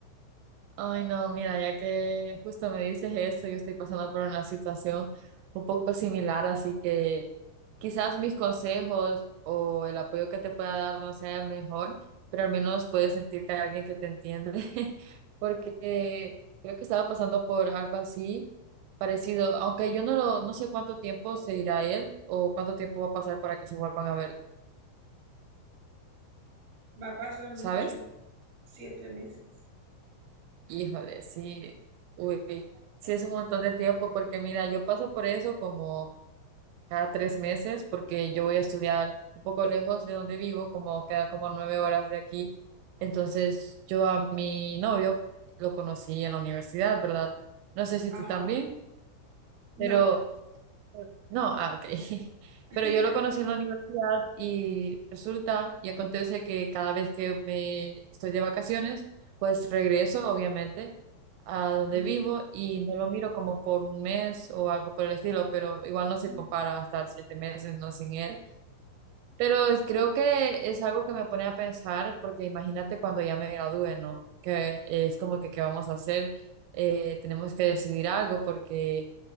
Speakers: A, on the right; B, on the right.
A: Ay, no, mira, ya que justo me dices eso, yo estoy pasando por una situación un poco similar, así que quizás mis consejos o el apoyo que te pueda dar no sea el mejor, pero al menos puedes sentir que hay alguien que te entiende, <laughs> porque creo que estaba pasando por algo así parecido, aunque yo no lo, no sé cuánto tiempo se irá él o cuánto tiempo va a pasar para que se vuelvan a ver,
B: Va a pasar
A: ¿sabes?
B: mucho, siete meses.
A: Híjole, sí, uy, sí es un montón de tiempo porque mira, yo paso por eso como cada tres meses porque yo voy a estudiar un poco lejos de donde vivo, como queda como nueve horas de aquí. Entonces yo a mi novio lo conocí en la universidad, ¿verdad? No sé si
B: Ajá.
A: tú también,
B: No.
A: pero no, ah, ok. <laughs>
B: <laughs>
A: Pero yo lo conocí en la universidad y resulta y acontece que cada vez que me estoy de vacaciones, pues regreso, obviamente, a donde
B: Ujú.
A: vivo y no lo miro como por un mes o algo por el estilo, pero igual no se
B: Mm,
A: compara a estar siete meses no sin él. Pero es- creo que es algo que me pone a pensar porque imagínate cuando ya me gradúe, ¿no? Que es como que, ¿qué vamos a hacer? Eh, tenemos que decidir algo porque